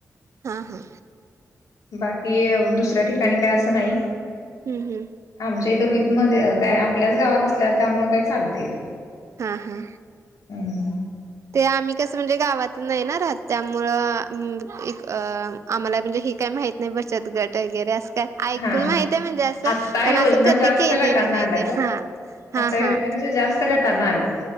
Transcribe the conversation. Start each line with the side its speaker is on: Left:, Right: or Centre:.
Right: हा हा
Left: बाकी दुसऱ्या ठिकाणी काय असं नाही
Right: हम् हम्
Left: आमच्या इथं रुईितमध्येध्ये काय आपल्याच गावात असल्या त्यामुळे काय चालत इ तेे
Right: हां हां
Left: हम्
Right: ते आम्ही कसं म्हणजे गावात नाहीणारहात त्यामुळं एक अ आम्हाला म्हणजे हे काय माहीत नाही बचत गट वगैरे असं ऐकून
Left: हा
Right: माहित आहे म्हणजे असं
Left: आता
Right: पण
Left: योजना
Right: असं कधी
Left: जास्त
Right: केलेलं
Left: गटांना
Right: नाही
Left: आल्यात
Right: ते
Left: ओ.
Right: हा हा
Left: आता योजना
Right: हा
Left: कश जास्त गटांना आल्यात